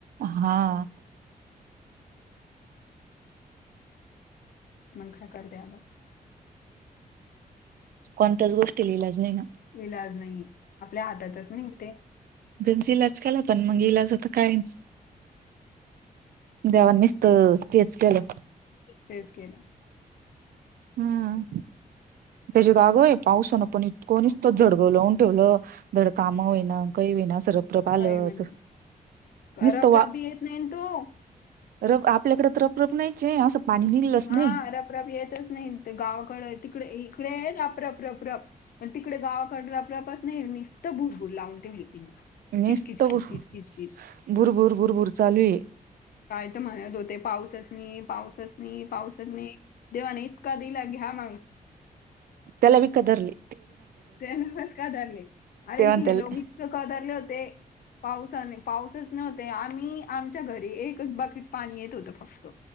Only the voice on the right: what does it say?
हा
कोणतच गोष्टी लिहिलाच नाही ना.
घचा इलाज केला पण मग इलाज आता काय देवांनीच. तर तेच केलं.
हम त्याच्यात आगोय पाऊसान पण इतकोणीच तो झडगव लावून. ोल रं काम होईना. काही विना सरप्र पालत
नसत
वा.
रब आपल्याकडे तर रब रप नाहीच असं. पाणी निघलंच
नाही
नीसतं
भुरभुर भुरभूर चालू आहे.
तेला बिकदरली.
ते म्हणते
ल-